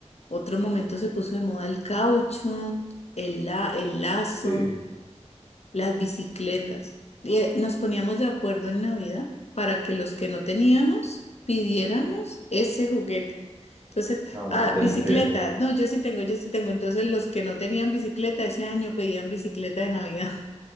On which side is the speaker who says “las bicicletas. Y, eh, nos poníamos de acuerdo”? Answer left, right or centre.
Left